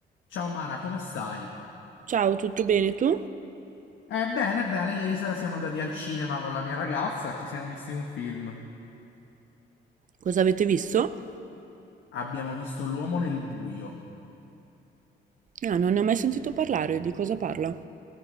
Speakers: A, on the left; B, on the right.
A: Ciao Mara, come stai?
B: Ciao, tutto bene tu?
A: Eh, bene, bene, ieri sera siamo andati al cinema con la mia ragazza, ci siamo visti un film.
B: Cosa avete visto?
A: Abbiamo visto L'uomo nel buio.
B: Ah, non ne ho mai sentito parlare, di cosa parla?